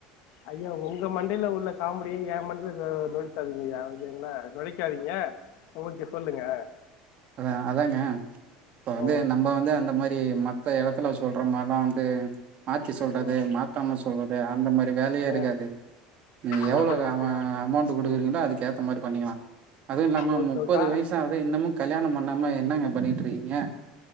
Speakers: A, on the left (about 65°); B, on the right (about 45°).
A: ஐயா உங்க மண்டைல உள்ள காமெடிய எ மண்டில நொழக்காதுங்கயா ஓகேங்களா நொழைக் க்காதீங்க ஓகே சொல்லுங்க
B: அதா அதாங்க இப்ப வந்து
A: ஓ
B: நம்ப வந்து அந்த மாரி மத்த எடத்துல சொல்ற மார்லா வந்து மாத்தி சொல்றது
A: ஓ
B: மாத்தாம சொல்றது அந்த மாரி வேலயே இருக்காது
A: ஆ
B: நீங்க
A: ஓகே
B: எவ்ளோ வேகமா
A: ஓகே
B: அமௌண்ட் குடுக்குறீங்களோ அதுக்கு ஏத்த மாரி பண்ணிக்கலா அதுவு இல்லாம
A: ஓகே
B: முப்பது
A: ஓகே ஆ
B: வயசாவுது இன்னமு கல்யாணோ பண்ணாம என்னங்க பண்ணீட்டு இருக்கீங்க